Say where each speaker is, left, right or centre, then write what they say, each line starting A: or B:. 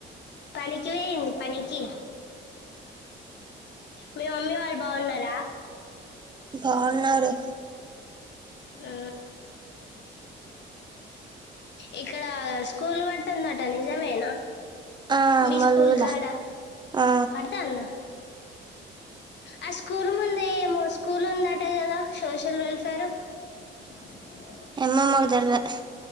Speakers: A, on the left; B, on the right.
A: పనికి వేయింది పని కి మీ మమ్మీ వాళ్ళు బాగున్నారా
B: బాగున్నారు
A: ఆ ఇక్కడ స్కూల్ పడుతుందట నిజమేనా
B: ఆ
A: మీ
B: మలుగుల
A: స్కూల్ కడా
B: ఆ
A: పడద అన్నా ఆ స్కూల్ ముంద ఏమో స్కూల్ ఉందట కదా సోషల్ వెల్ఫేర్ ఆ <unintelligible>
B: ఏమో మాకు తెలియదు